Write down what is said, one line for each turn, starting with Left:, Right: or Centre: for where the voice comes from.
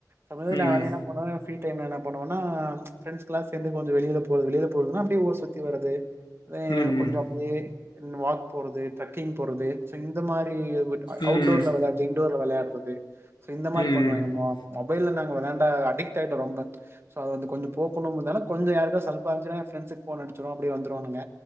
Right: சமயத்தில
Left: ம்
Right: நான் என்ன பண்ணுவ ஃப்ரீ டைம்ல என்ன பண்ணுவென பிரெண்ட்ஸ்ல்லாம் சேர்ந்து கொஞ்சம் வெளிய போரது வெளில போரதுன்னா அப்படியே ஊற சுத்தி வரது அத
Left: ம்
Right: கொஞ்சம் அப்படியே என் வாக் போறது ட்ரக்கிங போறது சோ இந்த மாரி ் <unintelligible> போய்ட்டு
Left: ம்
Right: அவுட்டோர்ல விளா இன்டோர்ல விளையா <unintelligible> சோ இந்த மாரி
Left: ம் ம்
Right: பண்ணுவேன் நம்ம மொபைல்ல நாங்க விளாண்ட அடிக் ட்டாய்டோ ரொம்ப சோ அதை வந்து கொஞ்ச போக்ணும் இருனால கொஞ்ச யாருக்கா சல்பா இருந்துசுனா ப்ரெண்டஸுக்கு போன் அடிச்சோ அப்படி வந்துருவானுங்க